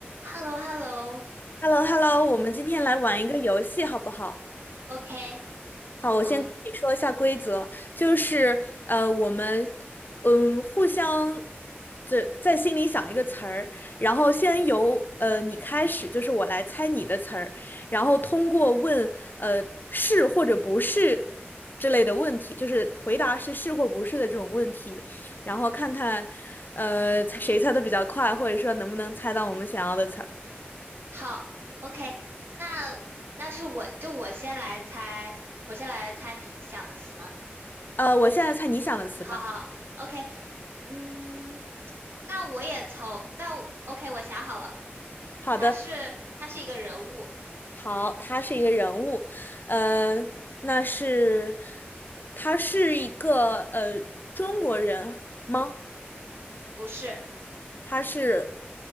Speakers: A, on the right; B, on the left.
A: h e l l o h e l l o
B: h e l l o h e l l o 我们今天来玩一个游戏，好不好？
A: o k
B: 好，我先跟你说一下规则，
A: 嗯，
B: 就是呃，我们嗯互相这在心里想一个词儿，然后先由呃你开始，就是我来猜你的词儿，然后通过问呃是或者不是之类的问题，就是回答是是或不是的这种问题，然后看看呃猜谁猜的比较快，或者说能不能猜到我们想要的词儿。
A: 好，OK，那那是我就我先来猜，我先来猜你想的词吗？
B: 呃，我现在猜你想的词吧。
A: 好好好，OK，嗯，那我也从那我 OK，我想好了，
B: 好的。
A: 他是他是一个人物，
B: 好，他是一个人物，呃，那是他是一个呃中国人吗？
A: 不是，
B: 他是